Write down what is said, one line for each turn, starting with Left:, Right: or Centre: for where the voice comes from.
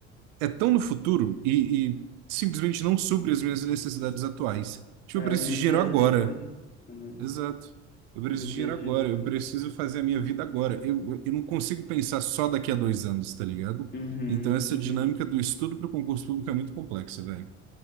Right: é tão no futuro e, e simplesmente não supre as minhas necessidades atuais. Tipo,
Left: É,
Right: eu preciso
Left: no
Right: de
Left: dia
Right: dinheiro
Left: a
Right: agora.
Left: dia fica difícil, né?
Right: Exato. Eu preciso
Left: No dia
Right: de dinheiro
Left: a dia
Right: agora,
Left: fica
Right: eu preciso
Left: difícil.
Right: fazer a minha vida agora. Eu, eu, eu não consigo pensar só daqui a dois anos, tá ligado?
Left: Uhum,
Right: Então essa
Left: entendi.
Right: dinâmica do estudo para o concurso público é muito complexa, velho.